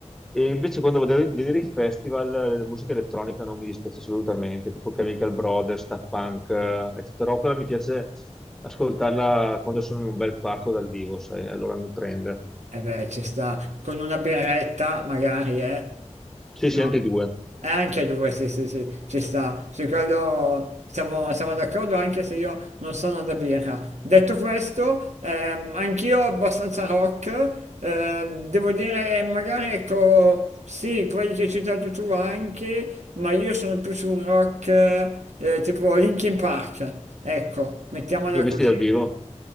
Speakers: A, in the centre; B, on the right.
A: E invece quando vado a vedere i festival, eh, la musica elettronica non mi dispiace assolutamente, tipo Chemical Brothers, Daft Punk, eh, eccetera. però quella mi piace ascoltarla quando sono in un bel parco dal vivo, sai, allora mi prende.
B: Eh beh, ci sta. Con una birretta, magari, eh?
A: Sì,
B: No.
A: sì, anche i due.
B: Eh, anche due, sì, sì, sì, ci sta. Su quello siamo, siamo d'accordo, anche se io non sono da birra. Detto questo, ehm, anch'io abbastanza rock. ehm, devo dire, magari, ecco, sì, quelli che hai citato tu anche, ma io sono più su un rock eh, tipo Linkin Park. Ecco, mettiamola
A: Li ho visti
B: così.
A: dal vivo,